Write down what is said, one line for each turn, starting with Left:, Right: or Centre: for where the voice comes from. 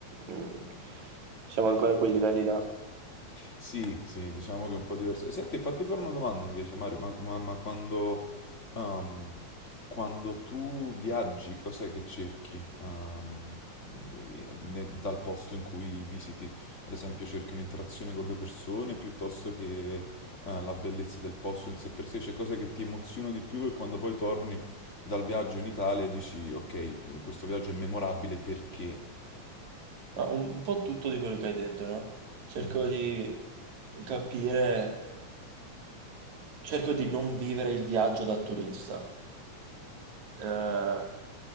Right: mm, siamo ancora a quei livelli là.
Left: Sì, sì, diciamo che è un po' diverso. Senti, fatti fare una domanda invece, Mario, ma, ma- ma quando, ehm, quando tu viaggi, cos'è che cerchi? ehm, ne- dal posto in cui visiti? Ad esempio, cerchi un'interazione con le persone piuttosto che, eh, la bellezza del posto in sé per sé? Cioè, cos'è che ti emoziona di più e quando poi torni dal viaggio in Italia dici, ok, questo viaggio è memorabile perché...
Right: Ma un, un po' tutto di quello che hai detto, no? Cerco
Left: Mm,
Right: di capire, cerco di non vivere il viaggio da turista. eh,